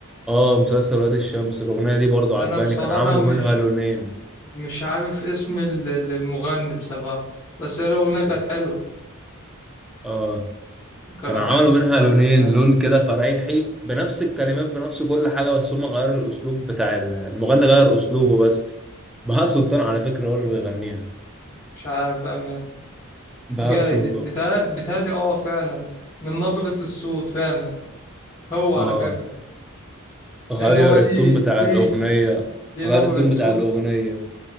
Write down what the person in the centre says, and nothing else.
آه مسلسل وادي الشمس الأغنية دي برضو عجباني
كان عملوا
منها لونين
و-
آه
كان عملوا
منها
لونين
لون كده فريحي بنفس الكلمات بنفس كل حاجة بس هم غيروا الأسلوب بتاع ال- المغني غير أسلوبه بس بهاء سلطان على فكرة هو اللي بيغنيها
بهاء
سلطان
اه
غير
التون بتاع
الأغنية
غير
التون
بتاع الأغنية